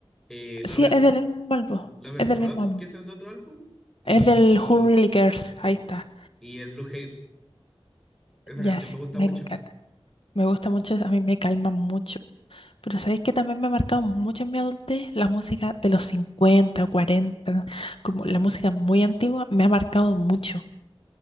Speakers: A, in the centre; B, on the left.
A: eh, Lovers,
B: Sí, es del mismo álbum.
A: Lovers
B: Es del
A: Rock,
B: mismo álbum.
A: que ese es de otro álbum, y
B: Es del Who Really Cares.
A: sí,
B: Ahí está.
A: y el Blue Hair. Esa
B: Ya,
A: canción
B: sí,
A: me gusta
B: me
A: mucho.
B: encanta. Me gusta mucho, a mí me calma mucho. Pero sabéis que también me ha marcado mucho en mi adultez la música de los cincuenta o cuarenta como
A: Ya.
B: la música muy antigua, me ha marcado mucho.